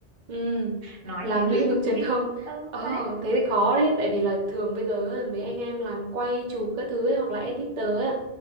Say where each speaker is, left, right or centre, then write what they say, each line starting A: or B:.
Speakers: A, on the right; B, on the right.
A: Ừ,
B: nói
A: làm
B: tiếng
A: lĩnh
B: Anh
A: vực truyền
B: biết
A: thông
B: ừ
A: ờ,
B: đấy
A: thế thì khó đấy tại vì là thường bây giờ mấy anh em làm quay chụp các thứ ấy, hoặc là editor ấy,